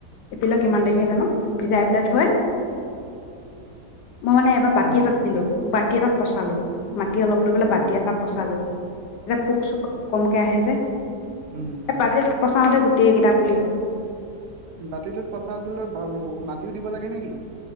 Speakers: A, on the left; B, on the right.
A: এপ্ৰিলৰ কিমান তাৰিখে জানো, ভিজাই পেলে থৈ মই মানে এবাৰ বাতি
B: উম,
A: এটা দিলো। বাত কেইটাত <unintelligible> মাটি অলপ লৈ পেলাই
B: অ',
A: বাতি এটা পচালো তেতিয়া পোক চোক কমকে আহে যে
B: উম, উম,
A: এ পতিত পচাওঁতে গোটেই গোটেইকেইটা পুলি হ'ল।
B: বাতিটোত পচাই দিলে বা মাটিও দিব লাগে নে কি